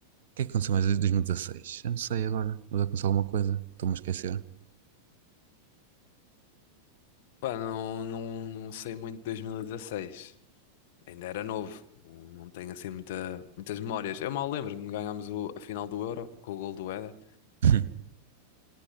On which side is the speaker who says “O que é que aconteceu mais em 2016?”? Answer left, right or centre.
Right